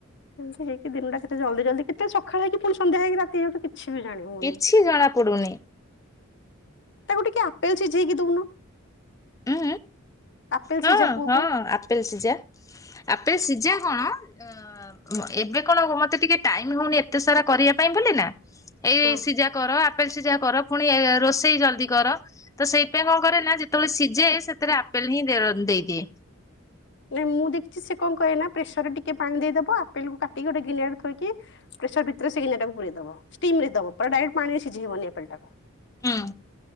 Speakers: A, on the left (about 55°); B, on the left (about 15°).
A: ଏମତି ହେଇକି ଦିନଟା କେତେ ଜଲଦି ଜଲଦି କେତେ ସଖାଳ ହେଇକି ପୁଣି ସନ୍ଧ୍ୟା ହେଇକି ରାତି ହେଇ ଯାଉଚି କିଛି ବି ଜାଣି ହଉନି।
B: କିଛି ଜଣାପଡୁନି
A: ତାକୁ ଟିକେ ଆପେଲ ଚିଝେଇକି ଦଉନ
B: ଉଁ
A: ଆପେଲ
B: ହଁ
A: ସିଝା ପୁଅକୁ
B: ହଁ ଆପେଲ ସିଝା ଆପେଲ ସିଝା କଣ ଅ ଏବେ କଣ ମତେ ଟିକେ ଟାଇମ ହଉନି ଏତେ ସାରା କରିବା ପାଇଁ ବୋଲି ନା ଏଇ
A: ହଁ।
B: ସିଝା କର ଆପଲ ସିଝା କର ପୁଣି ଏ ରୋଷେଇ ଜଲଦି କର ତ ସେଇଥିପାଇଁ କଣ କରେ ନା ଯେତେବଳେ ସି ଯେ ସେଥିରେ ଆପେଲ ହିଁ ଦେ ଦେଇଦିଏ
A: ନାଇଁ ମୁଁ ଦେଖିଛି ସେ କଣ କହେ ନା ପ୍ରେସର ରେ ଟିକେ ପାଣି ଦେଇଦବ ଆପେ କାଟିକି ଗଟେ ଗିନାରେ ଥୋଇକି ପ୍ରେସର ଭିତରେ ସେ ଗିନା ଟାକୁ ପୁରାଇଦେବ ଷ୍ଟିମ ରେ ଦେବ ପୁରା ଡାଇରେକ୍ଟ ପାଣିରେ ସିଝାଇବନି ଆପଲ ଟାକୁ
B: ହୁଁ